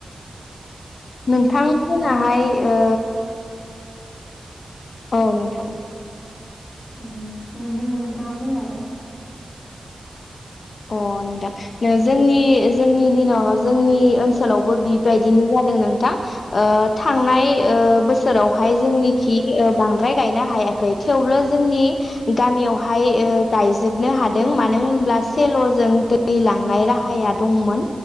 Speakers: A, on the left; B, on the left.
A: नोंथांमोनाहाय
B: अ नोंथां
A: ओ औ नोंथां।
B: ओम बुं नोंथाङा बुंलाय।
A: अ नोंथां जोंनि जोंनि दिनाव जोंनि ओनसोलावबो बिबायदिनो जादों नोंथां ओ थांनाय ओ बोसोरावहाय जोंनिखि ओ बांद्राय गायनो हायाखै थेवब्लो जोंनि गामियावहाय गायजोबनो हादों मानो होनब्ला सेल'जों दै लांनाय राहाया दंमोन